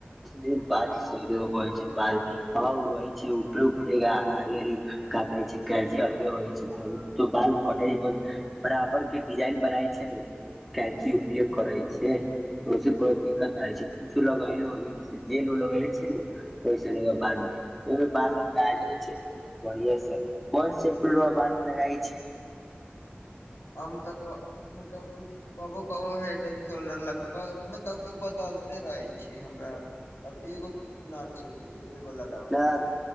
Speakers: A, in the centre; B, on the left (about 75°).
A: सुदीर बाल सुधरैके कहय छी बाल हव उ रहै छै उपरे उपरे आड़ आरी काटइ छैयकैची अलगे होइ छैय तऽ। त बाल कटैब बराबर के डिजाइन बनाय छैय ने उ कैची उपयोग करै छैय ओसे कोनो दिक्कत ना होइ छैय कछु लगैले ओहि जेल उल लगैले छी नू ओइ से बाल गिरौ ओ बाल लम्बाए होइ छैय। बढ़िए स कोन शैम्पूलवा बालमे लगाई छी।
B: हम त क मतलब की कबो कबो हेड एंड शोल्डर लगबग मतलब कि बदलते रहै छी हमरा। अब एगो ना छैय कि एके गो लगाबै
A: ना
B: छी।